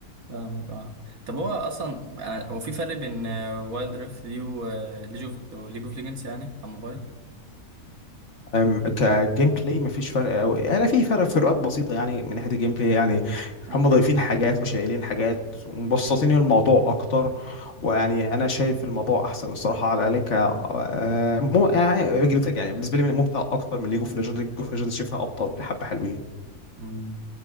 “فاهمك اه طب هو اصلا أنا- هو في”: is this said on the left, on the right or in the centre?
Right